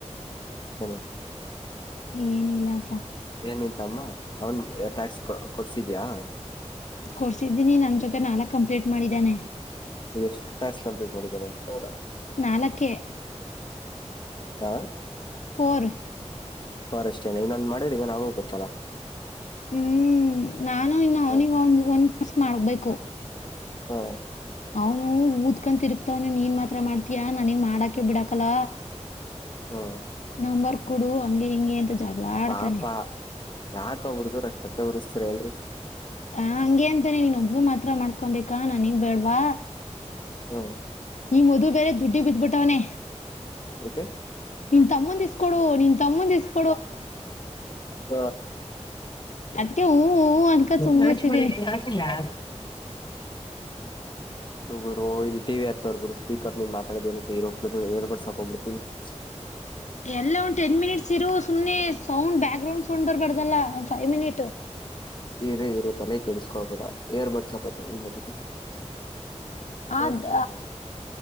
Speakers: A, on the left; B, on the left.
A: ಹನಿತ
B: ಏನಿಲ್ಲಪ್ಪ
A: ನಿಂತಮ್ಮ ಅವ್ನ್ ಟ್ಯಾಕ್ಸ್ ಕೊಡ್ಸಿದ್ಯಾ ಹ
B: ಕೊಡ್ಸಿದ್ದೀನಿ ನನ್ ಜೊತೆ ನಾಲ್ಕ್ ಕಂಪ್ಲೀಟ್ ಮಾಡಿದ್ದಾನೆ
A: ಲಸ್ಟ್ ಕಂಪ್ಲಿಟ್ ಮಾಡ ಹೌ
B: ನಾಲ್ಕೇ
A: ಹಾ
B: ಫೋರ
A: ಫಾರೆಸ್ಟ್ ಏನ ಇನ್ನೊಂದ್ ಮಾಡಿರ ಈಗ ನಾವು ಗೋತ್ತಲ್ಲಾ.
B: ಹ್ಮ್ ನಾನು ಇನ್ನು ಅವನಿಗ
A: ಹ
B: ಒಂದ ಒಂದ್ ಟಾಸ್ಕ್ ಮಾಡಬೇಕು.
A: ಹಾ
B: ಅವನು ಊದಕೊ ತಿರುಗ್ತಾವನ ನೀನ್ ಮಾತ್ರ ಮಾಡ್ತಯ ನನಗ್ ಮಾಡಕೆ ಬಿಡಾಕಲ್ಲ
A: ಹಾ
B: ನಂಬರ್ ಕೊಡು ಹಂಗೆ ಹಿಂಗೆ ಅಂತ ಜಗಳ ಆಡ್ತಾನೆ
A: ಪಾಪ ಯಾಕ ಹುಡ್ಗರ ಸಟ್ಟ ಉರ್ಸ್ತ್ರ ಹೇಳಿ
B: ಹ ಹಂಗಗೆ ಅಂತಾನ ನೀನ್ ಒಬ್ಳ ಮಾತ್ರ ಮಾಡ್ಕೊಬೇಕಾ ನನ್ಗ್ ಬೇಡ್ವಾ
A: ಹ್ಮ
B: ನೀ್ ಮದು ಬೇರೆ ದುಡ್ಡಿ ಬಿತ್ಬಿಟ್ಟವನೇ
A: ಓಕೆ
B: ನಿನ್ ತಮ್ಮಂದಸ್ಕೊಡು ನಿನ್ ತಮ್ಮಂದ ಇಸ್ಕೊ
A: ಹಾ ಸ
B: ಅದಕ್ಕೆ ಹೂ ಹೂ ಅನ್ಕ ಸುಮ್ನಿರ್ಸಿದೀನಿ
A: ನಚಿಲ್ಲ ತು ಗುರು ಇಲ್ಲಿ ಟಿ ಹಗ್ತ ಗುರು ಸ್ಪೀಕರ್ ನೀ ಮಾತಾಡರ್ಡ್ ಸಾಕ್ಬಿಡ್ತೀನಿ <inaudible>
B: ಎಲ್ಲ ಒಂದ ಟೆನ್ ಮಿನಿಟ್ಸ್ ಇರು ಸುಮ್ನೆ ಸೌಂಡ್ ಬ್ಯಾಕ್ ಗ್ರೌಂಡ್ ಸೌಂಡ್ ಬರ್ಬಾರ್ದಲ್ಲ ಒ ಫೈವ್ ಮಿನಿಟ್
A: ನೀರ ಇರು ತಲೆ ಕೆಡಿಸಕೋಬೇಡ ಏರ್ ಬರ್ಸ್ ಆಕತ್ತ ಈ ಮತ್ತಿಗೆ <inaudible>
B: ಅದ್
A: ಗೊತ್ತವಿ